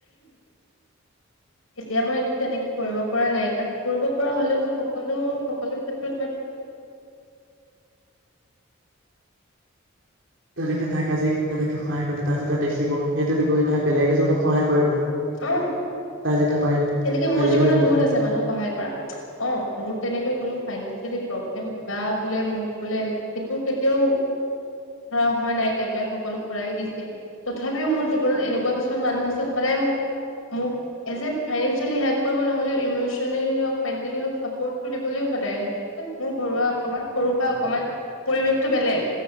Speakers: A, on the left; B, on the right.
A: এতিয়া মই একো তেনেকে কৰিব পৰা নাই কাৰণ কৰিব পৰা হলেতো সকলো সকলো ক্ষেত্ৰত মই থাকিমেই।
B: তেনেকে তাইক আজি তেনেকে সহায় কৰিলে তাই যেতিয়া দেখিব সেইটোত গৈ। তাই বেলেগ এজনক সহায় কৰিব।
A: অ
B: তাই যেতিয়া পাৰিব
A: তেনেকে মোৰ
B: বেলেগ
A: জীৱনত
B: এজনে বেলেগ
A: বহুত আছে মানুহক সহায় কৰা অ' মোৰ তেনেকে কোনো ফাইনেঞ্চিয়েলি প্ৰব্লেম কিবা বোলে মোক বোলে সেইটো কেতিয়াও ধৰা হোৱা নাই দেউতাই সকলো সৰাই দিছে তথাপিও মোৰ জীৱনত এনেকুৱা কিছুমান মানুহ আছে সদায় মোক মোক এজ এ ফাইনেঞ্চিয়েলি হেল্প কৰিব নহ'লেও ইমচনেলি হক মেণ্টেলি হক চাপৰ্টটো দিবলৈ সদায় আহিছে <unintelligible> মোৰ ঘৰুৱা অকমান সৰুৰ পৰা অকণমান পৰিৱেশটো বেলেগ